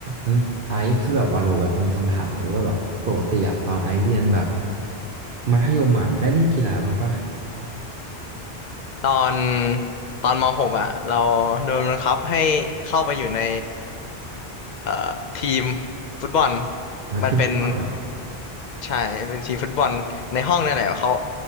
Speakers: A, on the right (about 60°); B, on the left (about 55°).
A: งั้นไอซ์คือแบบวาโลแบบมีคำถามมาว่าแบบปกติอะตอนไอซ์เรียนแบบมัธยมอะได้เล่นกีฬาบ้างปะ
B: ตอนตอนม .6 อ่ะเราโดนบังคับให้เข้าไปอยู่ในเอ่อทีมฟุตบอล
A: อ่าที่ฟุตบอลเลยเหรอ
B: มันเป็นใช่เป็นทีมฟุตบอลในห้องนั่นแหละเขา